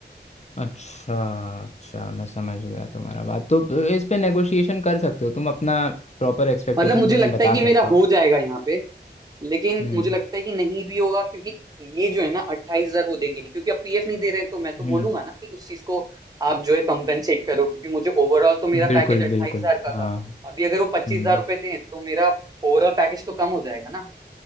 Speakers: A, on the left; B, on the right.
A: अच्छा अच्छा मैं समझ गया तुम्हारा बात तो प- इस पे नेगोशिएशन कर सकते हो तुम अपना प्रॉपर एक्सपेक्टेशंस
B: मतलब मुझे
A: उन्हें
B: लगता
A: बता
B: है कि
A: सकते
B: मेरा
A: हो
B: हो जाएगा यहाँ पे लेकिन
A: हम्म
B: मुझे लगता है कि नहीं भी होगा क्योंकि ये जो है ना अट्ठाईस हजार वो देंगे नहीं क्योंकि अब पीएफ नहीं दे रहे तो मैं तो
A: हम्म
B: बोलूंगा ना कि उस चीज को आप जो है कंपेंसेट करो क्योंकि मुझे ओवरऑल तो मेरा
A: बिल्कुल
B: पैकेज अट्ठाईस
A: बिल्कुल
B: हजार का था
A: हाँ
B: अभी अगर वो पच्चीस
A: हम्म
B: हजार रुपए दें तो मेरा ओवरऑल पैकेज तो कम हो जाएगा ना